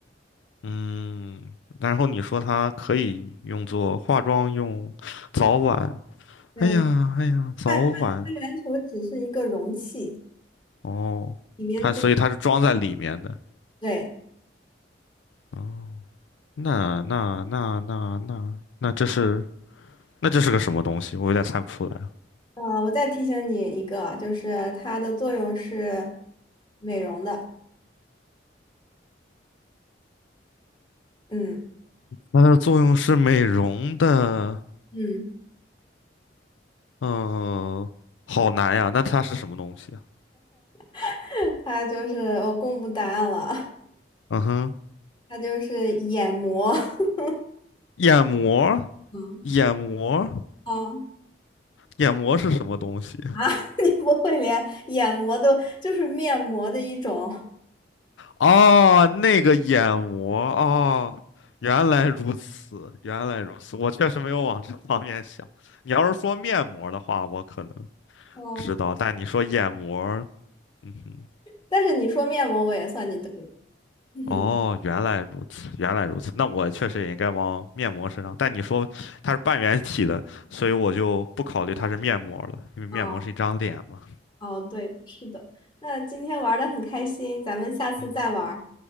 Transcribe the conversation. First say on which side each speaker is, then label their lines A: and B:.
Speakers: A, on the left (about 85°); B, on the left (about 25°).
A: 嗯，然后你说它可以用作化妆用，早晚，
B: 对，
A: 哎呀，哎呀，早晚，
B: 半半半圆球只是一个容器，
A: 哦，
B: 里面装，
A: 它所以它是装在里面的，
B: 对，
A: 哦，那那那那那那这是那这是个什么东西？我有点猜不出来了。
B: 呃，我再提醒你一个，就是它的作用是美容的，嗯
A: 它的作用是美容的，
B: 嗯，
A: 嗯，好难呀，那它是什么东西啊？
B: <laughs> 它就是我公布答案了。
A: 嗯哼，
B: 它就是眼膜 <laughs>
A: 眼膜，
B: 嗯，
A: 眼膜，
B: 哦
A: 眼膜是什么东西？
B: 啊，<laughs> 你不会连眼膜都就是面膜的一种，
A: 哦，那个眼膜，哦，原来如此，原来如此，我确实没有往这方面想。你要是说面膜的话，我可能
B: <laughs> 哦
A: 知道，但你说眼膜儿嗯哼，
B: 但是你说面膜我也算你对了。<laughs>
A: 哦，原来如此，原来如此，那我确实也应该往面膜身上。但你说它是半圆体的，所以我就不考虑它是面膜了，因为面膜是一张脸嘛。
B: 哦，哦，对，是的。那今天玩的很开心，咱们下次再玩儿。
A: 嗯，